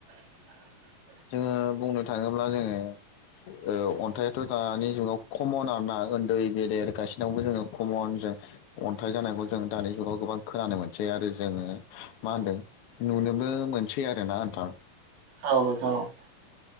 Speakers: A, on the right; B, on the left.
A: <inaudible>
B: जोङो बुंनो थाङोब्ला जोङो ओ अन्थाइथ' दानि जुनाव खमन आरोना उन्दै गेदेर गासिनावबो जोङो खमन ओ अन्थाइ जानायखौ जों दानि जुगाव गोबां खोनानो मोनसै आरो जोङो मा होनदों नुनोबो मोनसै आरोना नोंथां।
A: औ औ।